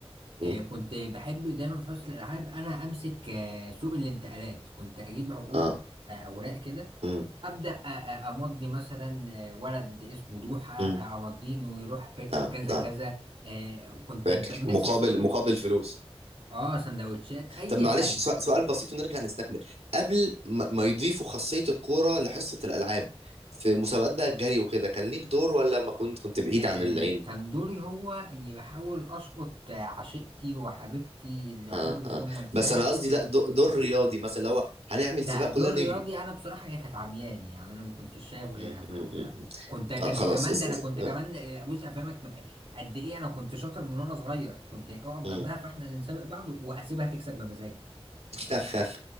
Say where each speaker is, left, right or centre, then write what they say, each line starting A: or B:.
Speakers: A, on the right; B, on the right.
A: مم.
B: آه، كنت بحب دايما في حصة الألعاب أنا أمسك آه، سوق الانتقالات كنت أجيب عقود
A: اه
B: آه، أوراق كده
A: مم.
B: أبدأ أ- أ- أمضي مثلا آه، ولد اسمه دوحة آه،
A: مم.
B: أمضيه إنه يروح فرقة
A: نعم
B: كذا
A: نعم
B: كذا آه، وكنت
A: فاكر
B: ب- ماسك
A: مقابل
B: سوق ال-
A: مقابل فلوس
B: اه سندوتشات أي
A: طب معلش
B: حاجة
A: سؤ- سؤال بسيط ونرجع نستكمل قبل ما ما يضيفوا خاصية الكورة لحصة الألعاب في مسابقات بقى الجري وكده كان ليك دور ولا ما كنت كنت بعيد
B: آه
A: عن العين
B: كان دوري هو إني بحاول أسقط آه، عشيقتي وحبيبتي اللي عمري
A: اه
B: في
A: اه
B: يوم ما أنساها
A: بس انا قصدي لا دو- دور رياضي مثلا اللي هو هنعمل
B: لا
A: سباق
B: دور
A: كلنا نجري
B: رياضي أنا بصراحة هي كانت عمياني يعني أنا ما كنتش شايف غيرها
A: مم.
B: في
A: مم.
B: ال
A: مم.
B: كنت كنت
A: خ- خلاص
B: كمان
A: اس
B: ده أنا
A: اس
B: كنت كمان
A: آه.
B: آه، بص أفهمك م- قد إيه أنا كنت شاطر من وأنا صغير كنت أقف جنبها
A: مم.
B: فإحنا اللي نسابق بعض وأسيبها تكسب بمزاجي
A: <laughs>